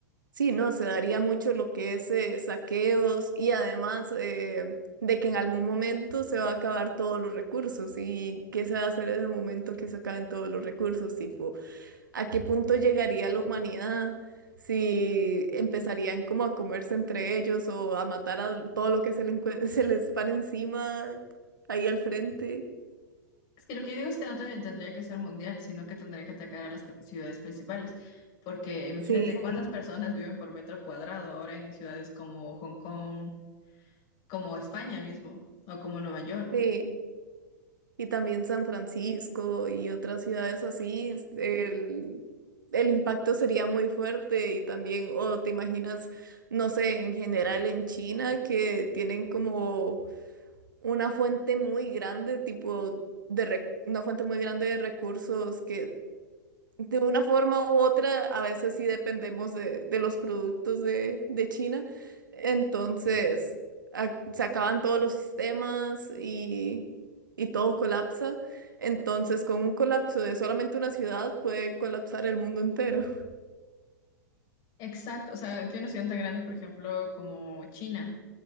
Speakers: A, on the right (about 80°); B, on the left (about 40°).
A: sí, no, se daría mucho lo que es eh, saqueos y además eh, de que en algún momento se va a acabar todos los recursos. ¿Y qué se va a hacer en el momento que se acaben todos los recursos? Tipo ¿A qué punto llegaría la humanidad si empezarían como a comerse entre ellos o a matar a todo lo que se, le encue- <laughs> se les para encima ahí al frente?
B: Es que lo que yo digo es que no te- tendría que ser mundial, sino que tendría que atacar a las pri- ciudades principales, porque imagínate
A: Sí,
B: cuántas personas viven por metro cuadrado ahora en ciudades como Hong Kong, como España mismo, o como Nueva York.
A: sí. Y también San Francisco y otras ciudades así, el, el impacto sería muy fuerte y también, o te imaginas, no sé, en general en China que tienen como una fuente muy grande, tipo de rec- una fuente muy grande de recursos que De una forma u otra, a veces sí dependemos de, de los productos de, de China. Entonces, a- se acaban todos los sistemas y, y todo colapsa. Entonces, con un colapso de solamente una ciudad, puede colapsar el mundo entero.
B: Exacto, o sea, que una ciudad tan grande, por ejemplo, como China.